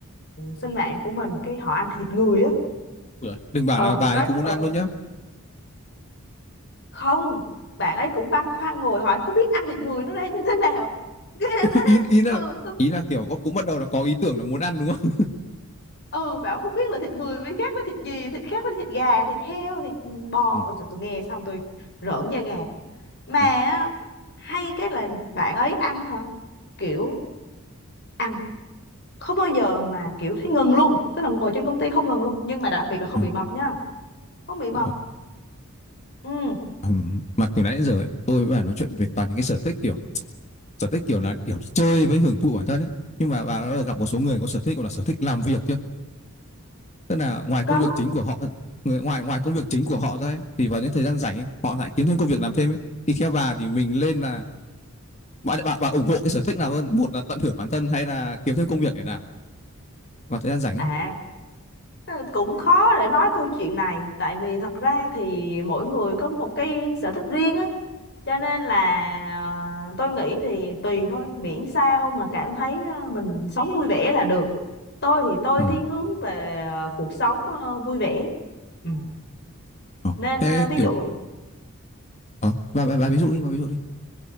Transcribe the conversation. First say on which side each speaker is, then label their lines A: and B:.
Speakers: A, on the left (about 50°); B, on the left (about 30°).
A: sinh mạng của mình cái họ ăn thịt người á
B: Ui giời, đừng bảo
A: ờ
B: là bà ấy
A: có
B: cũng muốn
A: ờ,
B: ăn luôn nhá.
A: không bạn ấy cũng băn khoăn ngồi hỏi không biết ăn thịt người nó ra như thế nào <laughs> ghê
B: <laughs>
A: thế
B: Ý ý là
A: ừ
B: ý là kiểu cũng bắt đầu là có ý tưởng là muốn ăn đúng không?
A: ừ bảo không biết là thịt người với khác với thịt gì thịt khác với thịt gà thịt heo thịt bò
B: Ừ.
A: ôi trời tôi nghe xong tôi rợn da gà mà
B: ờ,
A: á, hay cái là bạn ấy ăn hả kiểu ăn không bao giờ mà kiểu thấy ngừng luôn tức là ngồi trên công
B: Ờ.
A: ty không ngừng luôn nhưng mà đặc biệt là không
B: ừ.
A: bị mập nha không bị mập
B: Ồ.
A: ừ
B: Ừm, mà từ nãy đến giờ ấy, tôi và nói chuyện về toàn những cái sở thích kiểu sở thích kiểu là kiểu chơi với hưởng thụ bản thân ấy nhưng mà bà đã gặp một số người có sở thích gọi là sở thích làm việc chưa tức là ngoài công
A: có
B: việc chính của họ người ngoài ngoài công việc chính của họ ra ấy, thì vào những thời gian rảnh ấy, họ lại kiếm thêm công việc làm thêm ấy. thì theo bà thì mình lên là bà, bà bà ủng hộ cái sở thích nào hơn một là tận hưởng bản thân hay là kiếm thêm công việc để làm vào thời gian rảnh ấy?
A: à Ờ, cũng khó để nói câu chuyện này tại vì thật ra thì mỗi người có một cái sở thích riêng ấy cho nên là ờ, tôi nghĩ thì tùy thôi miễn sao mà cảm thấy ờ, mình sống vui vẻ là được tôi thì tôi
B: Ừ.
A: thiên hướng về ờ, cuộc sống ờ, vui vẻ Ừ.
B: Ờ.
A: nên
B: Thế
A: ờ, ví
B: kiểu
A: dụ
B: ờ, bà, bà, bà ví dụ đi bà ví dụ đi